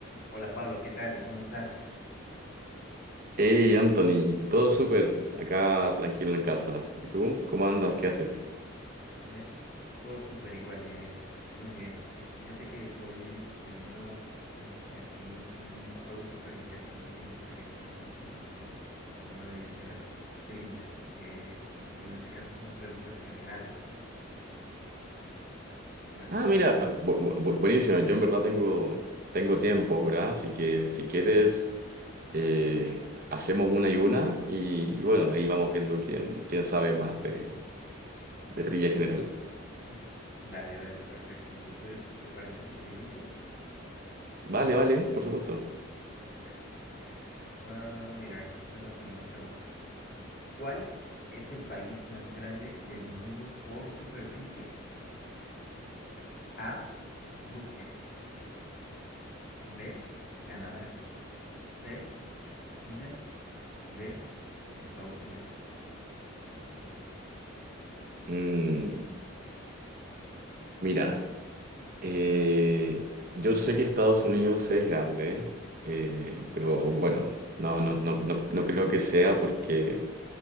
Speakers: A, on the left; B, on the right.
A: Hola Pablo, ¿qué tal? ¿Cómo estás?
B: Hey Anthony, todo súper, acá tranquilo en casa. ¿Y tú? ¿Cómo andas? ¿Qué haces?
A: Eh, todo súper igual, eh, muy bien. Eh, fíjate que estoy, estoy viendo el- aquí un juego súper interesante que me gustaría jugar contigo. Es el tema de, de las trivias. Eh, en, en este caso son preguntas generales, ¿vale?
B: Ah, mira, bu- bu- buenísimo. Yo en verdad tengo, tengo tiempo ahora, así que si quieres, eh, hacemos una y una y, y bueno, ahí vamos viendo quién, quién sabe más de, de trivia general.
A: <laughs> Dale, dale, perfecto. Entonces, ¿te parece si yo inicio?
B: Vale, vale, por supuesto.
A: Perfecto. Ah, mira, esta es la primera pregunta. ¿Cuál es el país más grande del mundo por superficie? A. Rusia. B. Canadá. C. China. D. Estados Unidos.
B: Mm, mira,
A: ¿Cuál escoge?
B: eh, yo sé que Estados Unidos es grande, eh, pero bueno, no, no, no, no, no creo que sea porque...